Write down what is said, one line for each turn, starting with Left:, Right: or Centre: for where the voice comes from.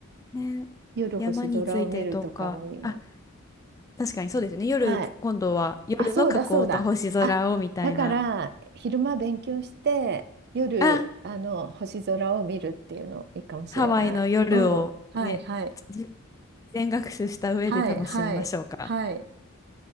Left: ね、
Right: 夜星空を見るとかも今。
Left: 山についてとか、あ、確かにそうですよね。夜、
Right: はい。
Left: 今度は夜の火口と星空をみたいな。
Right: あ、そうだ、そうだ。あ、だから、昼間勉強して、夜、
Left: あ、
Right: あの、星空を見るっていうのいいかもしれない。
Left: ハワイの夜をね、
Right: うん。はい、はい。
Left: じ事前学習した上で楽しみましょうか。
Right: はい、はい。はい。